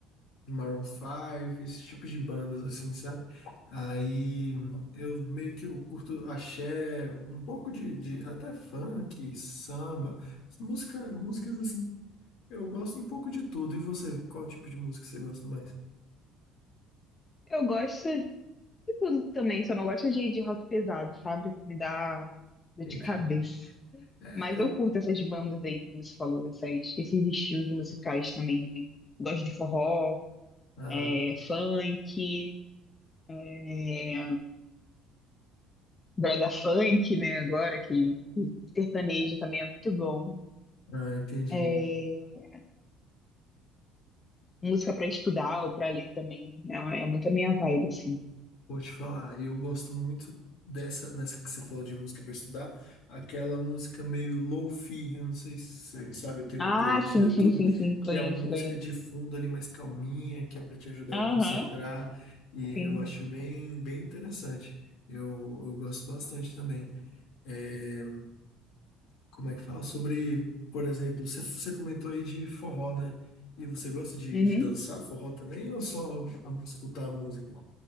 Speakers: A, on the left; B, on the left.
A: Maroon 5, esse tipo de bandas assim, sabe? Aí eu meio que eu curto axé, um pouco de, de até funk, samba, música, músicas assim. Eu gosto um pouco de tudo. E você, qual tipo de música você gosta mais?
B: Eu gosto de tudo também, só não gosto de, de rock pesado, sabe? Me dá dor
A: Entendi.
B: de cabeça.
A: É,
B: Mas
A: é
B: eu
A: o...
B: curto essas bandas aí que você falou, essas, esses estilos musicais também, né? Gosto de forró,
A: Ah,
B: é,
A: bom.
B: funk, é, brega funk, né? Agora que que sertanejo também é muito bom.
A: Ah, entendi.
B: É, música pra estudar ou pra ler também. É, é muito a minha vibe, assim.
A: Vou te falar, eu gosto muito dessa, nessa que você falou de música para estudar, aquela música meio lo-fi, eu não sei se você sabe, eu tenho
B: Ah,
A: uma playlist
B: sim,
A: no YouTube,
B: sim, sim, sim. Conheço,
A: que é uma música
B: conheço.
A: de fundo ali mais calminha, que é para te ajudar
B: Aham,
A: a concentrar, e
B: sim.
A: eu acho bem, bem interessante. Eu, eu gosto bastante também. É, como é que fala? Sobre, por exemplo, você, você comentou aí de forró, né? E você gosta de,
B: Uhum.
A: de dançar forró também ou só escutar a música?